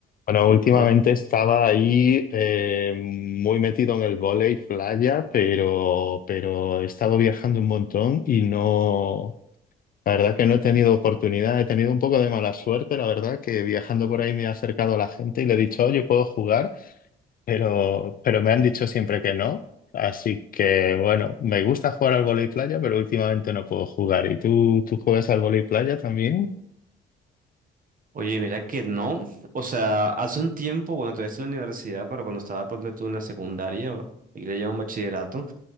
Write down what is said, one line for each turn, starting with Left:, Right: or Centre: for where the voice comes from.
Left: Bueno, últimamente
Right: Hola.
Left: estaba ahí eh, muy metido en el vóley playa, pero, pero he estado viajando un montón y no, la verdad que no he tenido oportunidad, he tenido un poco de mala suerte, la verdad que viajando por ahí me he acercado a la gente y le he dicho, oye, puedo jugar, pero, pero me han dicho siempre que no. Así que bueno, me gusta jugar al vóley playa, pero últimamente no puedo jugar. ¿Y tú, tú juegas al vóley playa también?
Right: Oye, mira que no. O sea, hace un tiempo, bueno, todavía estoy en la universidad, pero cuando estaba ponte tú en la secundaria, o- y le llaman bachillerato,